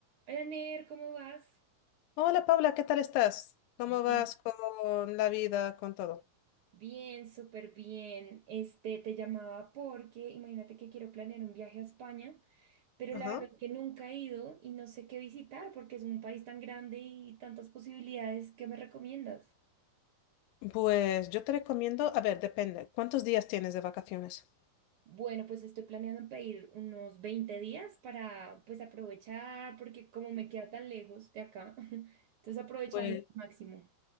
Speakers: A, on the right (about 70°); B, on the left (about 85°).
A: Hola Ner, ¿cómo vas?
B: Hola Paula, ¿qué tal estás? ¿Cómo
A: Bien,
B: vas con la vida, con todo?
A: bien, súper bien. Este, te llamaba porque imagínate que quiero planear un viaje a España, pero
B: Ajá.
A: la verdad es que nunca he ido y no sé qué visitar porque es un país tan grande y tantas posibilidades. ¿Qué me recomiendas?
B: Pues yo te recomiendo, a ver, depende, ¿cuántos días tienes de vacaciones?
A: Bueno, pues estoy planeando en pedir unos 20 días para pues aprovechar porque como me queda tan lejos de acá, <laughs> entonces aprovechar
B: Pues,
A: lo máximo.